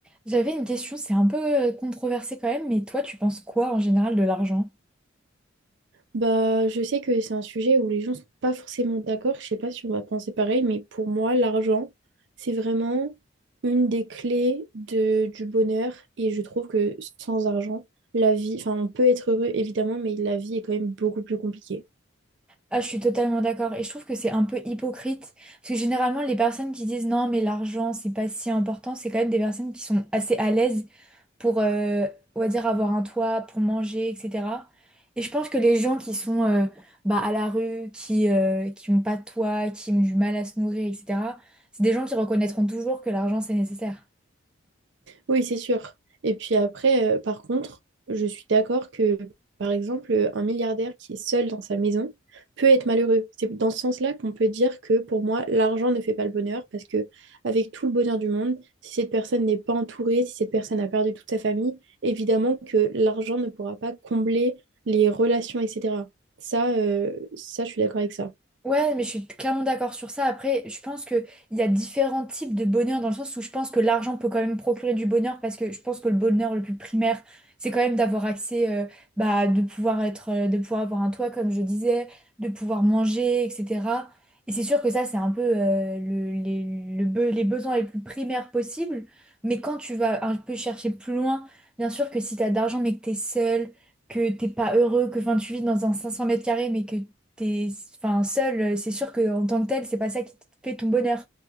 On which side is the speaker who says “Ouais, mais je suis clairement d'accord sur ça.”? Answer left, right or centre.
Centre